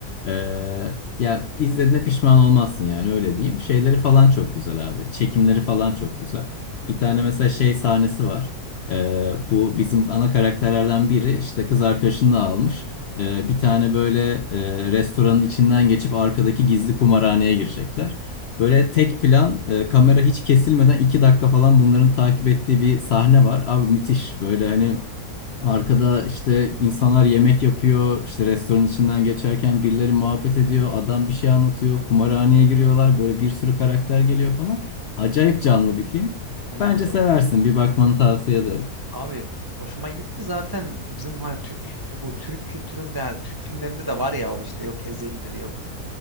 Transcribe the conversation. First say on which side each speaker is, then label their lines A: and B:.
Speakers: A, on the left; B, on the right.
A: Ee, ya izlediğine pişman olmazsın yani öyle diyeyim. Şeyleri falan çok güzel abi. Çekimleri falan çok güzel. Bir tane mesela şey sahnesi var. Ee, bu bizim ana karakterlerden biri işte kız arkadaşını da almış. Ee, bir tane böyle e, restoranın içinden geçip arkadaki gizli kumarhaneye girecekler. Böyle tek plan e, kamera hiç kesilmeden 2 dakika falan bunların takip ettiği bir sahne var. Abi müthiş böyle hani Arkada işte insanlar yemek yapıyor, işte restoran içinden geçerken birileri muhabbet ediyor, adam bir şey anlatıyor, kumarhaneye giriyorlar, böyle bir sürü karakter geliyor falan. Acayip canlı bir film.
B: anladım.
A: Bence seversin, bir bakmanı tavsiye ederim.
B: Abi hoşuma gitti zaten bizim hani Türk bu Türk kültüründe yani Türk filmlerinde de var ya o işte yok Ezel'dir yok